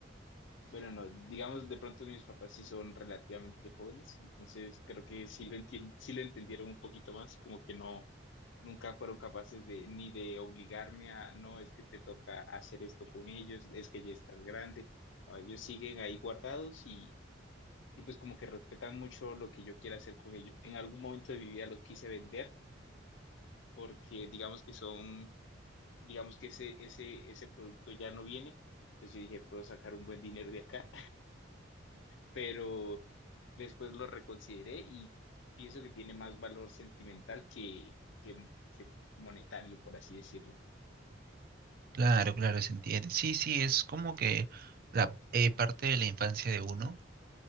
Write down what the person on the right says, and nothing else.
Claro, claro, se entiende. Sí, sí, es como que la eh, parte de la infancia de uno,